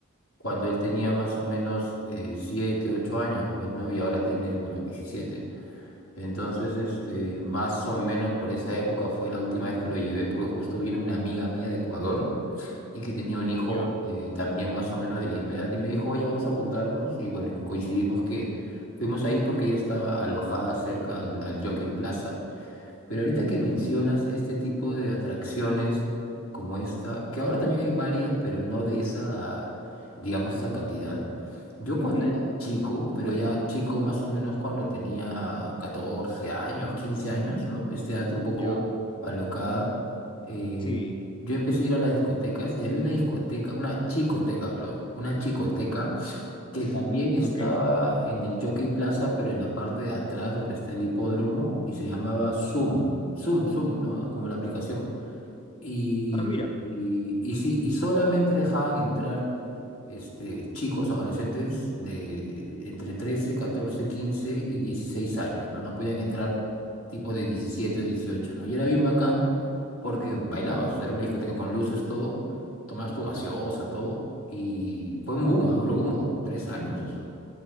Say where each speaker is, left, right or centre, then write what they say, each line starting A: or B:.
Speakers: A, on the left; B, on the left.
A: cuando él tenía más o menos eh, siete, ocho años, pues, ¿no? Y ahora tiene, bueno, 17. Entonces, este, más o menos por esa época fue la última vez que lo llevé, porque justo vino una amiga mía de Ecuador y que tenía un hijo
B: Ya,
A: eh, también más o menos de la misma edad y me dijo, oye, vamos a juntarnos y bueno, y coincidimos que fuimos ahí porque ella estaba alojada cerca al, al Jockey Plaza. Pero ahorita que mencionas este tipo de atracciones como esta, que ahora también hay varias, pero no de esa, digamos, esa calidad. Yo
B: Ujú,
A: cuando era chico, pero ya chico más o menos cuando tenía 14 años, 15 años, ¿no? Este dato un poco
B: Ya,
A: alocada, eh,
B: sí,
A: yo empecé a ir a las discotecas y había una discoteca, una chicoteca, perdón, una chicoteca que
B: <laughs>
A: también estaba
B: ok.
A: en el Jockey Plaza, pero en la parte de atrás donde está el hipódromo, y se llamaba Zoom, Zoom, Zoom, ¿no? Como la aplicación. Y,
B: Ah, mira,
A: y, y sí, y solamente dejaban entrar este, chicos, adolescentes de entre 13 14 15 y 16 años, ¿no? No podían entrar tipo de diecisiete o dieciocho ¿no? Y era bien bacán porque bailabas, o sea, era una discoteca con luces, todo, tomabas tu gaseosa, todo, y fue un boom, ¿ah? Duró como tres años eso.